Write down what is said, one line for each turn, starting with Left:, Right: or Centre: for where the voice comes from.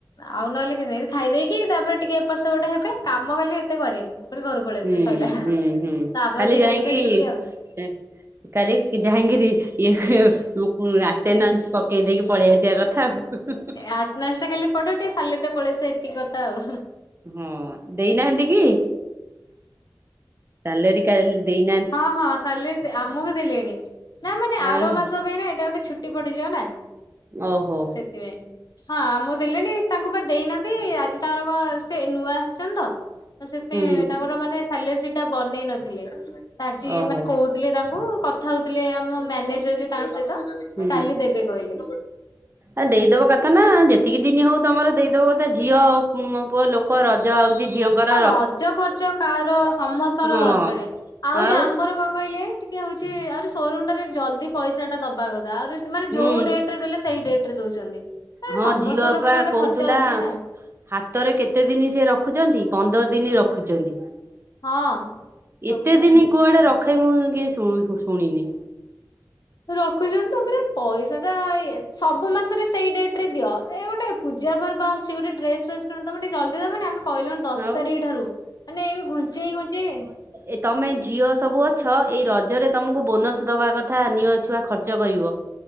Left: ଆଉ ନହେଲେ କିଛି ନାଇଁ ଖାଇ ଦେଇେଇକି ତାପରେ ଟିକେ ଏପଟେ ସେପଟେ ହେବେ କାମ କାଲି ଏତେ କରିବେନି ଫୁଣି ଘରୁ ପଳେଇ।
Right: ହୁଁ
Left: ଆସିବେ ସଇଲା
Right: ହୁଁ ହୁଁ
Left: ତାପରେ
Right: ଖାଲି
Left: ଦି
Right: ଯାଇଙ୍ଗି
Left: ଦିନ ତ ଛୁଟି ଆଉ।
Right: କାଲି ଯାଇକିରି ଇଏ କୁ ଆଟେନାସ ପକେଇ ଦେଇକି ପଳେଇ ଆସିବା କ ଥା।
Left: ଆଟନାସ ଟା ଖାଲି ପଡିବ ଟିକେ ସାଲଟା ପଳେଇ ଆସିବ ଏତିକି କଥା ଆଉ।
Right: ହୁଁ ଦେଇନାହାନ୍ତି କି? ା ଦେଇ <unintelligible>
Left: ହଁ ହଁ ସାଲେରି ଆମକୁ ଦେଲେଣି ନା ମାନେ ଆର
Right: ଆମ
Left: ମାସ ପାଇଁ ନା ଏଇଟା ଗୋଟେ ଛୁ ଛୁଟି ପଡିଯିବ ନା
Right: ଓହୋ
Left: ସେଥିପାଇଁ ହଁ ଆମକୁ ଦେଲେନି। ତାଙ୍କୁ ବା ଦେଇନାହାନ୍ତି ଆଜି ତାଙ୍କର କଣ ସେ ନୂଆ ଆସିଛନ୍ତି ତ ସେଥି ପାଇ
Right: ହୁଁ
Left: ତାଙ୍କର ମାନେ ଥାଲେ ସେଇଟା ବନେଇ ନଥିଲେ ସେ ଆଜି
Right: ଓହୋ
Left: ମାନେ କହୁ ଥିଲେ ତାଙ୍କୁ କଥା ହଉଥିଲେ ଆମ ମ୍ୟାନେଜର ଯେ ତାଙ୍କ ସହିତ
Right: ହୁଁ।
Left: କାଲି ଦେବେ କହିଲେ।
Right: ଆ ଦେଇଦବା କଥା ନା ଯେତିକି ଦିନ ହଉ ତମର ଦେଇଦବ କଥା ନା ଝିଅ ପୁଅ ଲୋକ ରଜ ଆଉଛି ଝିଅଙ୍କର
Left: ରଜ ଖର୍ଚ୍ଚ କାହାର ସମସ୍ତଙ୍କ
Right: ହଁ
Left: ଦରକାର ଆହୁରି
Right: ଆଉ
Left: ଆମ ମୋର କଣ କହିଲେ ଟିକେ ହଉଛି ଆ ସୋରୁମରୁ ଟା ଜ୍ଲଦି ପଇସାଟା ଦବା କଥା ଆହୁରୀ ସେମାନେ
Right: ହୁଁ
Left: ଯୋଉ ଡେଟ ରେ ଦେଲେ ସେଇ ଡେଟ ରେ ଦଉଛନ୍ତି। ଏ
Right: ହଁ
Left: ସମସ୍ତଙ୍କର
Right: ଝିଅ ବା
Left: ପୁଣି ଗୋଟେ
Right: କହୁଥିଲା
Left: ଖର୍ଚ୍ଚ ଅଛି ନା
Right: ହାତରେ କେତେ ଦିନି ସେ ରଖୁଛନ୍ତି ପନ୍ଦର ଦିନ ରଖୁଛନ୍ତି।
Left: ହଁ ରଖୁନାହାନ୍ତି।
Right: ଏତେ ଦିନ କୁଆଡେ ରଖେ ମୁଁ କିଏ ସୁ ଶୁଣିନି।
Left: ରଖୁଛନ୍ତି ତାପରେ ପଇସା ଟା ସବୁ ମାସରେ ସେଇ ଡେଟ ରେ ଦିଅ। ଏ ଗୋଟେ ପୂଜା ପର୍ବ ଆଶୁଛି ଗୋଟେ ଡେସ୍ ଫ୍ରେସ୍‌ କିଣିନ୍ତୁ ତମେ ଟିକେ ଜ୍ଲଦି ଦବନି। ଅମେ କହିଲଣି ଦଶ
Right: ଆଉ
Left: ତାରିଖ ଠାରୁ ମାନେ ଏଇ ଘୁଞ୍ଚେଇଇ ଘୁଞ୍ଚେଇ
Right: ଏ ତମେ ଝିଅ ସବୁ ଅଛ ଏଇ ରଜରେ ତମକୁ ବୋନସ ଦବା କଥା ନିଅ ଝୀ ଛୁଆ ଖର୍ଚ୍ଚ କରିବ।